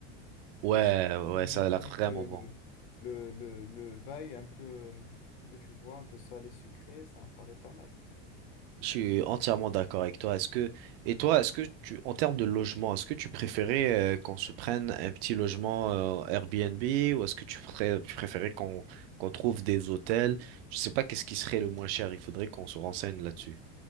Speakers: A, on the right (about 60°); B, on the left (about 85°).
A: Ouais,
B: Je sais,
A: ouais,
B: d'imaginer
A: ça a l'air vraiment
B: le,
A: bon.
B: le, le, le, le bail un peu, euh, un peu, tu vois, un peu salé sucré, ça me paraît pas mal.
A: Je suis entièrement d'accord avec toi. Est-ce que, et toi, est-ce que tu, en termes de logement, est-ce que tu préférais euh, qu'on se prenne un petit logement euh, Airbnb ou est-ce que tu, pré- tu préférais qu'on qu'on trouve des hôtels? Je sais pas qu'est-ce qui serait le moins cher. Il faudrait qu'on se renseigne là-dessus.